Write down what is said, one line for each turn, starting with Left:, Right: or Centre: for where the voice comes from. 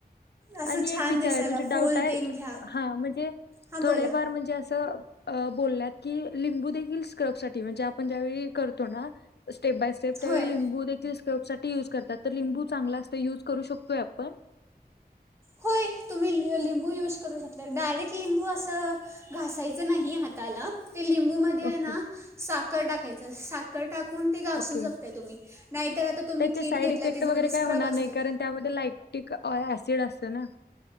Right: असं
Left: आणि
Right: छान
Left: एक विचारयं
Right: दिसायला
Left: म्हणजे डाऊट
Right: फुल
Left: हाय
Right: तेन घ्या
Left: हा म्हणजे
Right: हां
Left: थोडेफार
Right: बोला
Left: म्हणजे असं अ बोलल्यात की लिंबू देखील स्क्रब साठी म्हणजे आपण ज्यावेळी करतो ना स्टेप बाय त त्यावेळी
Right: होय
Left: लिंबू देखील स्क्रब साठी युज करतात तर लिंबू चांगला असतो युज करू शकतोय आपण.
Right: होय तुम्ही लि लिंबू यूज करू शकता डायरेक्ट लिंबू असं घासायचं नाही हात ताला ते लिंबूमध्ये
Left: ओके
Right: हाय ना साखर टाकायचं सा कर टाकून ते घासू
Left: ओके
Right: शकता तुम्ही नाहीतर आता तुम्ही
Left: त्याचे
Right: किट
Left: साईड
Right: घेतलाय
Left: इफेक्ट
Right: त्याजामध्ये
Left: वगैरे
Right: स्क्रब
Left: काय होणार
Right: असते.
Left: नाही कारण त्यामध्ये लाइक्टिक अ ऍसिड असत ना.